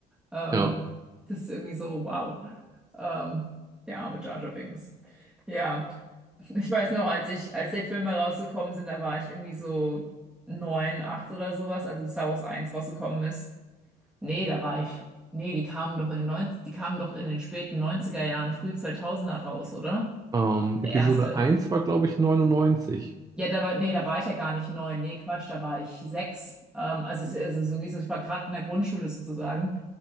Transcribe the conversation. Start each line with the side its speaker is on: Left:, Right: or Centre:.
Centre: Ähm,
Right: ja,
Centre: das ist irgendwie so, wow. Ähm, der arme Jar Jar Binks. Ja, <laughs> ich weiß noch, als ich, als die Filme rausgekommen sind, da war ich irgendwie so neun, acht oder sowas, also Star Wars eins rausgekommen ist. Nee, da war ich. Nee, die kamen doch in den 90, die kamen doch in den späten neunziger Jahren, früh zweitausender raus, oder?
Right: ähm,
Centre: Der
Right: Episode
Centre: erste.
Right: eins war, glaube ich, 99.
Centre: Ja, da war, nee, da war ich ja gar nicht neun. Nee, Quatsch, da war ich sechs. Ähm, also, es, also es ist irgendwie so, ich war gerade in der Grundschule sozusagen.